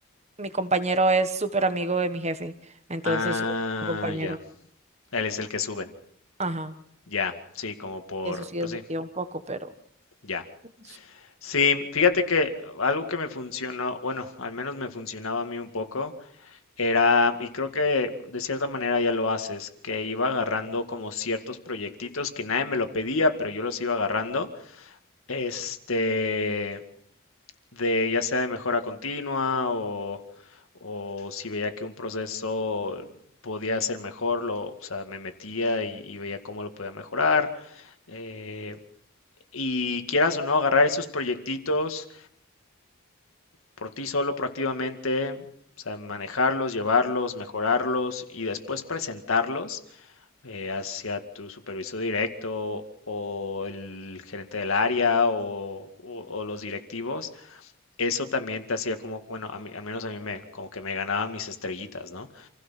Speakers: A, on the right; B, on the left.
A: Mi compañero es súper amigo de mi jefe, entonces
B: Ah,
A: su compañero.
B: ya. Él es el que suben.
A: Ajá.
B: Ya, sí, como por,
A: Eso sí
B: pues
A: desmotiva
B: sí,
A: un poco, pero...
B: ya.
A: Ujú,
B: Sí, fíjate que algo que me funcionó, bueno, al menos me funcionaba a mí un poco, era, y creo que de cierta manera ya lo haces, que iba agarrando como ciertos proyectitos que nadie me lo pedía, pero yo los iba agarrando. Este, de ya sea de mejora continua o, o si veía que un proceso podía ser mejor, lo, o sea, me metía y, y veía cómo lo podía mejorar. eh, y quieras o no, agarrar esos proyectitos por ti solo proactivamente, o sea, manejarlos, llevarlos, mejorarlos y después presentarlos eh, hacia tu supervisor directo o el gerente del área o, o- o los directivos eso también te hacía como, bueno, a mí- al menos a mí me, como que me ganaba mis estrellitas, ¿no?